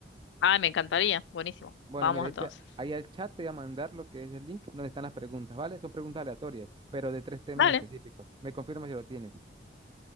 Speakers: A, on the left; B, on the right.
A: Ah, me encantaría. Buenísimo.
B: Bueno,
A: Vamos
B: mira, ahí,
A: entonces.
B: te- ahí al chat te voy a mandar lo que es el link donde están las preguntas, ¿vale? Son preguntas aleatorias, pero de tres temas
A: Vale.
B: específicos. Me confirma si lo tienes.